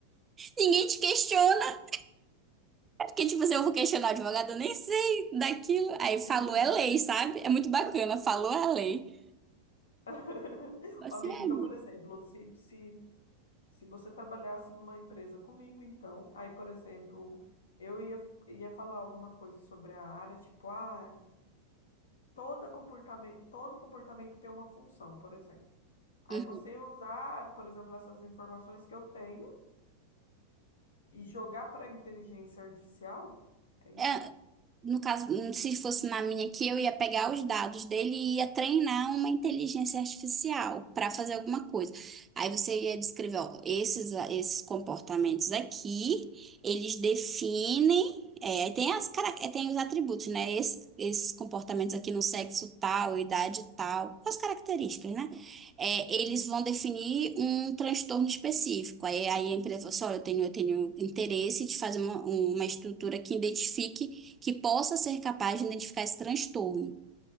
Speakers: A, on the right; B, on the left.
A: Ninguém te questiona. É Porque, tipo, se eu vou questionar o advogado, eu nem sei daquilo. Aí falou
B: conhecimento.
A: é lei, sabe? É muito bacana. Falou é lei.
B: <laughs>
A: Você
B: Amiga,
A: é.
B: então, por exemplo, se, se Se você trabalhasse numa empresa comigo, então, aí, por exemplo, eu ia, ia falar alguma coisa sobre a área, tipo, ah, toda comportamento, todo comportamento tem uma função, por exemplo. Aí
A: Uhum.
B: você ia usar, por exemplo, essas informações que eu tenho e jogar para a inteligência artificial? É isso?
A: É, No caso, se fosse na minha aqui, eu ia pegar os dados dele e ia treinar uma inteligência artificial para fazer alguma coisa. Aí você ia descrever, ó, esses, esses comportamentos aqui, eles definem, é, aí tem as, cara- é, tem os atributos, né? Esse- esses comportamentos aqui no sexo tal, idade tal, as características, né? É,
B: Uhum.
A: eles vão definir um transtorno específico. Aí, aí a empresa fala assim, olha, eu tenho, eu tenho interesse de fazer uma, uma estrutura que identifique que possa ser capaz de identificar esse transtorno.